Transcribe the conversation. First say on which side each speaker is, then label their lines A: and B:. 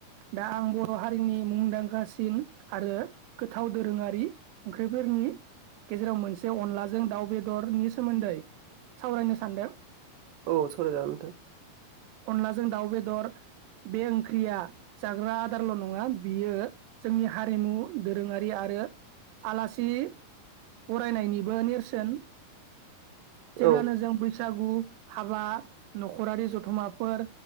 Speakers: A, on the right; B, on the right.
A: दा आं बर' हारिनि मुंदांखासिन आरो गोथाव दोरोङारि ओंख्रिफोरनि गेजेराव मोनसे अनलाजों दाउ बेदरनि सोमोन्दै सावरायनो सानदों।
B: औ सावरायजागोन नोंथां।
A: अनलाजों दाउ बेदर बे ओंख्रिया जाग्रा आदारल' नङा बियो जोंनि हारिमु दोरोङारि आरो आलासि बरायनायनिबो नेरसोन। जेब्लानो
B: औ
A: जों बै बैसागु हाबा न'खरारि जथुमाफोर